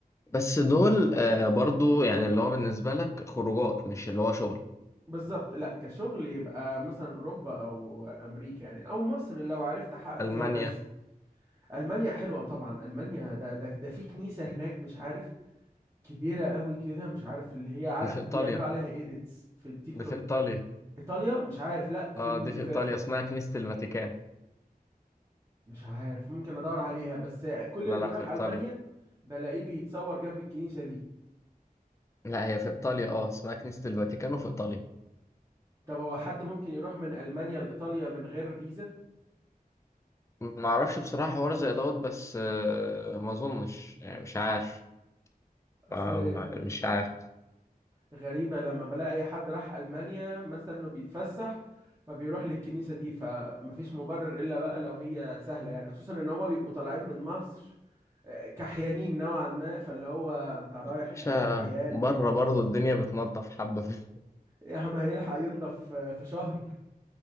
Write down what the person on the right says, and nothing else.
بالظبط لا كشغل يبقى مثلا أوروبا أو أمريكا يعني أو مصر لو عرفت أحقق
فيها نفسي ألمانيا حلوة طبعا ألمانيا ده ده ده في كنيسة هناك مش عارف كبيرة قوي كده مش عارف اللي هي عارف
بيعملوا عليها إيديتس في التيك توك
إيطاليا مش عارف لا في
ال...
في
مش عارف ممكن ادور عليها بس كل
اللي
بيروح
المانيا بلاقيه بيتصور جنب الكنيسة دي
طب هو حد ممكن يروح من المانيا لايطاليا من غير فيزا
اصل
غريبة لما بلاقي اي حد راح المانيا مثلا انه بيتفسح فبيروح للكنيسة دي فمفيش مبرر الا بقى لو هي سهلة يعني خصوصا ان هما بيبقوا طالعين من مصر آه، كحيانين نوعا ما فاللي هو انت رايح
كحيان
يا عم هيلحق ينضف آه، في شهر